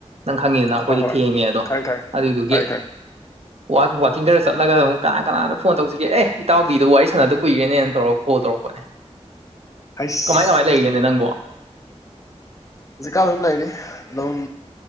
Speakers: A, on the right; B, on the left.
A: ꯅꯪ ꯈꯪꯉꯤꯗꯅ ꯑꯩꯈꯣꯏꯗꯤ
B: ꯍꯣꯏ ꯍꯣꯏ
A: ꯊꯦꯡꯉꯦ ꯑꯗꯣ
B: ꯈꯪꯉꯦ ꯈꯪꯉꯦ
A: ꯑꯗꯨꯏꯗꯨꯒꯤ
B: ꯈꯪꯉꯦ ꯈꯪꯉꯦ
A: ꯋꯥ ꯋꯥꯀꯤꯡ ꯈꯔ ꯆꯠꯂꯒ ꯑꯗꯨꯝ ꯀꯅꯥ ꯀꯅꯥꯗ ꯐꯣꯟ ꯇꯧꯁꯤꯒꯦ ꯑꯦ ꯏꯇꯥꯎꯕꯤꯗꯣ ꯋꯥꯔꯤ ꯁꯥꯟꯅꯗ ꯀꯨꯏꯔꯦꯅꯦꯅ ꯇꯧꯔꯒ ꯀꯣꯜ ꯇꯧꯔꯛꯄꯅꯦ
B: ꯍꯩꯁ
A: ꯀꯃꯥꯏ ꯀꯃꯥꯏ ꯂꯩꯔꯤꯒꯦꯅꯦ ꯅꯪꯕꯣ
B: ꯍꯧꯖꯤꯛ ꯀꯥꯟ ꯑꯗꯨꯝ ꯂꯩꯔꯤ ꯑꯗꯨꯝ